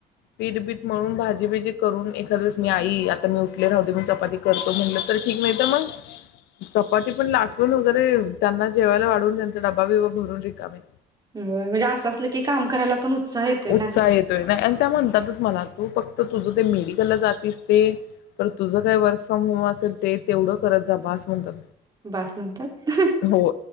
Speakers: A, on the left; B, on the right.
A: पीठ बीठ मळून भाजीबीजी करून एखाद दिवस मी आई आता मी उठले राहु दे मी चपाती करतो म्हटलं तर ठीक नाहीत मग चपाती पण लाटून वगैरे त्यांना जेवायला वाढवून त्यांचा डबा बिबा भरून रिकाम्या
B: व्हय म्हणजे असं असलं की काम करायला पण उत्साह येतोय ना
A: उत्साह येतोय नाही आणि त्या म्हणतात चं म्हणा तू फक्त तुझं ते मेडिकलला जातेस ते तर तुझं काय वर्क फ्रॉम होम असेल ते तेवढं करत जा बास म्हणतात.
B: बास म्हतात,
A: हो